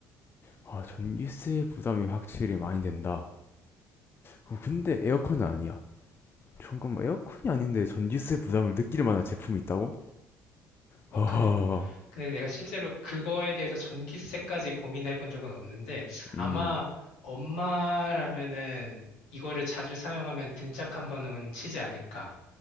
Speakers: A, on the left; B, on the left.
A: 아, 전기세 부담이 확실히 많이 된다. 어, 근데 에어컨은 아니야. 잠깐만, 에어컨이 아닌데 전기세 부담을 느낄 만한 제품이 있다고?
B: 어,
A: 아,
B: 근데, 화- 근데 내가 실제로 그거에 대해서 전기세까지 고민해 본 적은 없는데,
A: 음,
B: 아마 엄마라면은 이거를 자주 사용하면 등짝 한 번은 치지 않을까